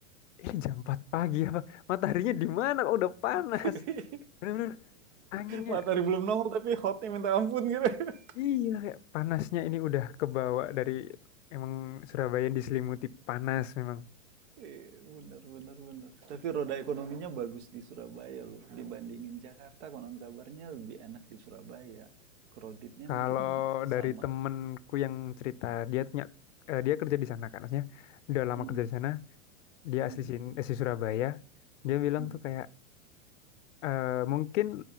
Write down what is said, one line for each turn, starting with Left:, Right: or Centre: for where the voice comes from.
Left: ini jam 4 pagi apa? Mataharinya di mana? Kok udah panas.
Right: <laughs>
Left: Bener-bener anginnya
Right: Matahari belum nongol tapi hotnya minta ampun gitu. <laughs>
Left: iya kayak panasnya ini udah kebawa dari emang Surabaya yang diselimuti panas memang.
Right: Iya, bener, bener, bener. Tapi roda ekonominya bagus di Surabaya loh. Dibandingin Jakarta, konon kabarnya lebih enak di Surabaya. Kreditnya
Left: Kalau
Right: mungkin sama.
Left: dari temenku yang cerita dia punya- eh, dia kerja di sana kan maksudnya udah lama
Right: Mhm,
Left: kerja di sana dia asli
Right: mhm,
Left: sini asli Surabaya dia bilang
Right: mhm.
Left: tuh kayak eh, mungkin